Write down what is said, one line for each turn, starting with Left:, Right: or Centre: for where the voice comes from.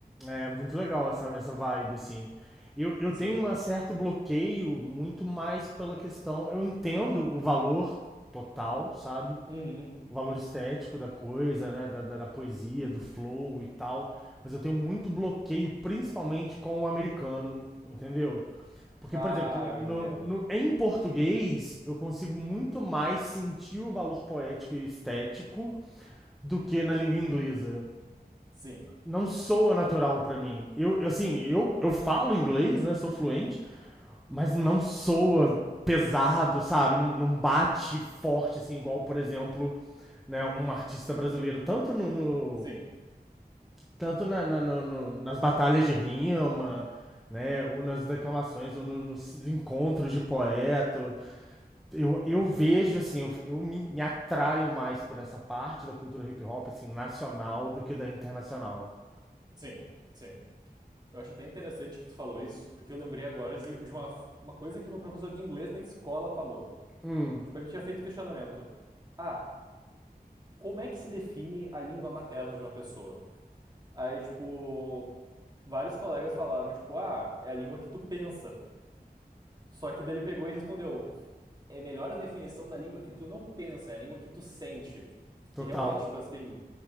Centre: É muito legal essa, essa vibe, assim. Eu, eu tenho
Right: Sim.
Centre: um certo bloqueio muito mais pela questão. Eu entendo o valor total, sabe?
Right: Uhum.
Centre: O valor estético da coisa, né? Da, da, da poesia, do flow e tal. Mas eu tenho muito bloqueio, principalmente com o americano, entendeu? Porque,
Right: Ah,
Centre: por exemplo,
Right: eu entendo.
Centre: no, no- em português, eu consigo muito mais sentir o valor poético e estético do que na língua inglesa
Right: Sim,
Centre: não soa natural pra mim. Eu, assim, eu, eu falo inglês, né? Sou fluente, mas não soa pesado, sabe? Não, não bate forte, assim, igual, por exemplo, né, um artista brasileiro. Tanto no. no-
Right: sim,
Centre: tanto na- na- na- no- nas batalhas de rima, né? Ou nas declamações, ou no- nos encontros de poeta. Eu, eu vejo, assim, eu, eu me, me atraio mais por essa parte da cultura hip hop, assim, nacional do que da internacional.
Right: sim, sim. Eu acho até interessante que tu falou isso, porque eu lembrei agora de, de uma, uma coisa que meu professor de inglês na escola falou.
Centre: Hum.
Right: Tipo, ele tinha feito questionamento. Ah, como é que se define a língua materna de uma pessoa? Aí, tipo, vários colegas falaram, tipo, ah, é a língua que tu pensa. Só que dele pegou e respondeu, é melhor a definição da língua que tu não pensa, é a língua que tu sente.
Centre: Total.
Right: E realmente, tipo assim,